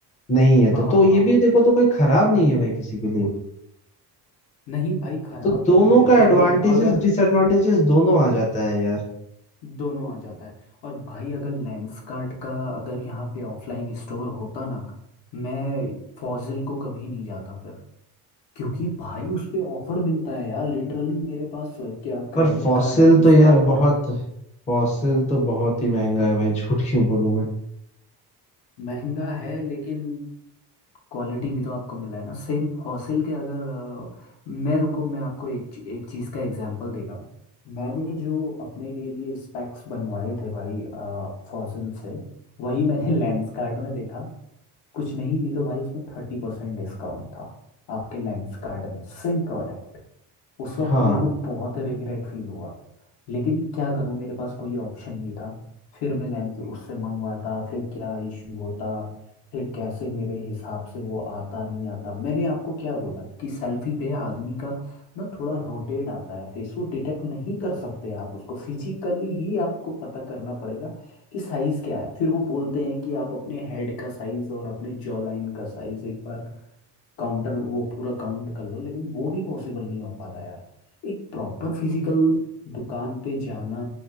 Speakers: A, on the left (about 20°); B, on the left (about 80°).
A: नहीं है तो
B: हाँ
A: तो
B: हाँ
A: ये
B: हाँ
A: भी
B: हाँ।
A: देखो तो कोई खराब नहीं है भाई किसी के लिए
B: नहीं भाई खराब
A: तो दोनों
B: तो नहीं है
A: का
B: देखो
A: एडवांटेजेस
B: अगर
A: डिसएडवांटेजेस दोनों आ जाता है यार
B: दोनों आ जाता है और भाई अगर लेंस कार्ट का अगर यहाँ पे ऑफलाइन स्टोर होता ना मैं फॉजिल को कभी नहीं जाता फिर क्योंकि भाई उस पे ऑफर मिलता है यार लिटरली मेरे पास क्या क्रेडिट
A: पर फॉसिल
B: कार्ड है
A: तो
B: उसका
A: यार
B: ऑफर
A: बहुत फॉसिल तो बहुत ही महंगा है भाई झूठ क्यों बोलूं मैं
B: महंगा है लेकिन क्वालिटी भी तो आपको मिला है ना सेम फॉसिल के अगर अ, मैं रुको मैं आपको एक ची- एक चीज़ का एग्जांपल दे रहा हूँ मैंने जो अपने के लिए स्पेक्स बनवाए थे भाई फॉसिल से वही मैंने <laughs> लेंसकार्ट में देखा कुछ नहीं भी तो भाई उसमें थर्टी परसेंट डिस्काउंट था आपके लेंसकार्ट में सेम प्रोडक्ट उस वक्त
A: हाँ
B: मेरे को बहुत रिग्रेट फील हुआ लेकिन क्या करूं मेरे पास कोई ऑप्शन नहीं था फिर मैं लैंप उससे मंगवाता फिर क्या इश्यू होता फिर कैसे मेरे हिसाब से वो आता नहीं आता मैंने आपको क्या बोला कि सेल्फी पे आदमी का ना थोड़ा रोटेट आता है फेस वो डिटेक्ट नहीं कर सकते आप उसको फिजिकली ही आपको पता करना पड़ेगा कि साइज क्या है फिर वो बोलते हैं कि आप अपने हेड का साइज और अपने जॉ लाइन का साइज एक बार काउंटर वो पूरा काउंट कर लो लेकिन वो भी पॉसिबल नहीं हो पाता यार एक प्रॉपर फिजिकल दुकान पे जाना